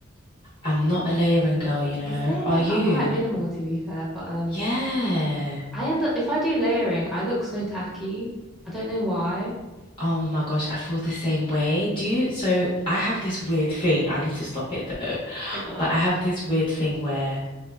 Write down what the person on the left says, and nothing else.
I'm not a layering girl, you know.
Are you?
Yeah.
Oh my gosh, I feel the same way. Do you? So I have this weird thing. I need to stop it though.
But I have this weird thing where